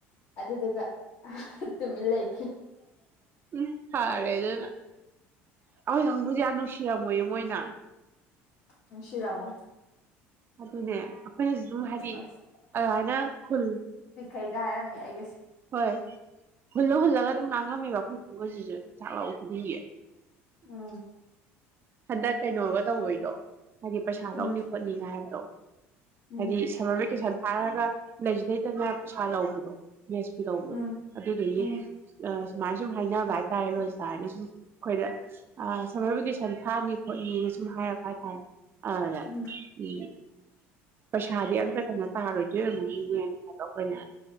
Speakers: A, on the left; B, on the right.
A: ꯑꯗꯨꯗꯨꯒ ꯑ ꯇꯨꯃꯤꯟꯂꯩꯈꯤ
B: ꯎꯝ ꯐꯔꯦꯑꯗꯨꯅ <unintelligible> ꯅꯨꯡꯁꯤꯔꯝꯃꯣꯏ ꯃꯣꯏꯅ
A: ꯅꯨꯡꯁꯤꯔꯝꯃꯣꯏ
B: ꯑꯗꯨꯅꯦ ꯑꯩꯈꯣꯏꯅꯁꯨ ꯑꯗꯨꯝ ꯍꯥꯏꯗꯤ
A: ꯑꯁ
B: ꯑꯗꯨꯃꯥꯏꯅ ꯍꯨꯜ
A: ꯐꯩꯒ ꯍꯥꯏꯔꯝꯅꯤ ꯑꯩꯒꯁꯦ
B: ꯍꯣꯏ ꯍꯨꯜꯂ ꯍꯨꯜꯂꯒ ꯑꯗꯨꯝ ꯉꯥꯡꯉꯝꯃꯦꯕ ꯑꯩꯈꯣꯏ ꯀꯥꯡꯉꯨꯁꯤꯁꯨ ꯆꯥꯛ ꯂꯧꯕ ꯈꯨꯗꯤꯡꯒꯤ
A: ꯎꯝ
B: ꯍꯟꯗꯛ ꯀꯩꯅꯣꯒ ꯇꯧꯕꯩꯗꯣ ꯍꯥꯏꯗꯤ ꯄꯩꯁꯥ
A: ꯎꯝ
B: ꯂꯧꯅꯤ ꯈꯣꯠꯅꯤꯉꯥꯏ ꯍꯥꯏꯕꯗꯣ
A: ꯎꯝ
B: ꯍꯥꯏꯗꯤ ꯁꯝꯃꯔ ꯚꯦꯀꯦꯁꯟ ꯍꯥꯏꯔꯒ ꯂꯩꯖꯨꯂꯩꯇꯅ ꯄꯩꯁꯥ ꯂꯧꯕꯗꯣ ꯃꯦꯁ ꯐꯤ ꯂꯧꯕꯗꯣ
A: ꯎꯝ
B: ꯑꯗꯨꯗꯨꯒꯤ
A: ꯎꯝ
B: ꯑ ꯁꯨꯃꯥꯏꯅ ꯁꯨꯝ ꯍꯥꯏꯅꯕ ꯍꯥꯏꯇꯥꯔꯦ ꯔꯣꯖꯤꯇꯥ ꯍꯥꯏꯅ ꯁꯨꯝ ꯑꯩꯈꯣꯏꯗ ꯑ ꯁꯝꯃꯔ ꯚꯦꯀꯦꯁꯟ ꯊꯥꯅꯤ ꯈꯣꯠꯅꯤ ꯁꯨꯝ ꯍꯥꯏꯔꯛꯄ ꯍꯥꯏꯇꯔꯦ ꯑꯗ
A: ꯎꯝ
B: ꯎꯝ ꯄꯩꯁꯥꯗꯤ ꯑꯝꯇ ꯀꯩꯅ ꯇꯥꯔꯣꯏꯗꯣꯢ ꯑꯣꯏꯔꯃꯅꯤꯅꯦꯅ ꯍꯥꯏꯕ ꯑꯈꯣꯏꯅ